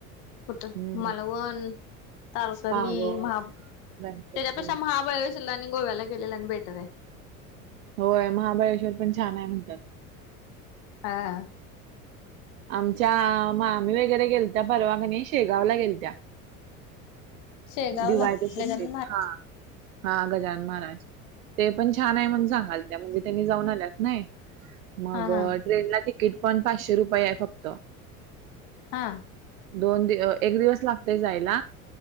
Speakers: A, on the left; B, on the right.
A: कुठं
B: हम्म
A: मालवन. तारसली
B: पावस
A: महा त्याच्यापेक्षा
B: गणपती
A: महाबाळे श्वर आणि गोव्याला गेलेल आणि बेटर आहे.
B: होय महाबळेश्वर पण छान आहे म्हणत्यात.
A: हा, हा,
B: आमच्या मामी वगैरे गेलत्या परवा कनी शेगावला गेलत्या.
A: शेगावला
B: दिवाळीच्या सुट्टीत
A: गजानन महाराज
B: हा हा गजानन माहाराज ते पण छान आहे म्हणून सांगालत्या म्हणजे त्यांनी जाऊन आल्यात नाही. मग
A: हा हा
B: ट्रेनला तिकीट पण पाचशे रुपये आहे फक्त.
A: हा.
B: दोन दि, एक दिवस लागतय जायला,